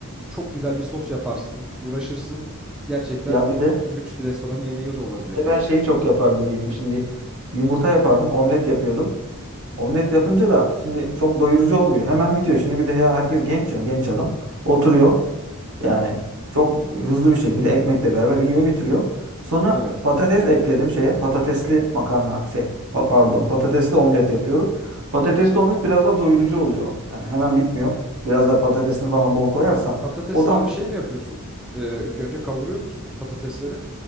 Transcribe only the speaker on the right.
Ya bir de
Ve
Ben şeyi çok yapardım Yiğit'im. Şimdi yumurta yapardım, omlet yapıyordum. Omlet yapınca da şimdi çok doyurucu olmuyor. Hemen bitiyor. Şimdi bir de he- herkes genç ya, genç adam. Oturuyor. Yani çok hızlı bir şekilde ekmekle beraber yiyor, bitiriyor. Sonra
patates ekledim şeye. Patatesli makarna şey pa- pardon patatesli omlet yapıyorum. Patatesli omlet biraz daha doyurucu oluyor. Yani hemen bitmiyor. Biraz da patatesini falan bol koyarsan
o tam